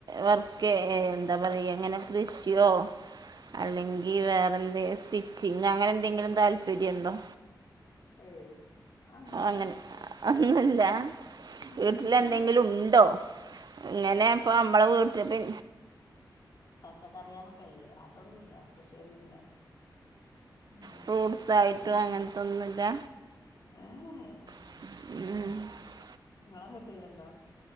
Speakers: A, on the right; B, on the left.
A: വർക്കെ എന്താ പറയാ ഇങ്ങനെ കൃഷിയോ? അല്ലെങ്കി വേറെന്തേം സ്റ്റിച്ചിങ് അങ്ങനെ എന്തെങ്കിലും താല്പര്യം ഇണ്ടോ?
B: ഏയ് അതൊന്നുല്ല
A: അങ്ങനെ ഒന്നുല്ല
B: ഉം
A: വീട്ടിലെന്തെങ്കിലും ഉണ്ടോ? ഇങ്ങനെ ഇപ്പ നമ്മളെ വീട്ടില്.
B: പച്ചക്കറിയേളക്കെല്ലെ അതൊന്നുല്ല. കൃഷിയൊന്നുല്ല. ഉം
A: ഫ്രൂട്ട്സ് ആയിട്ടു
B: അതൊന്നുല്ല
A: അങ്ങനത്തൊന്നുല്ല?
B: <unintelligible>
A: <inaudible>
B: ഇങ്ങളെ വീട്ടില്ണ്ടോ?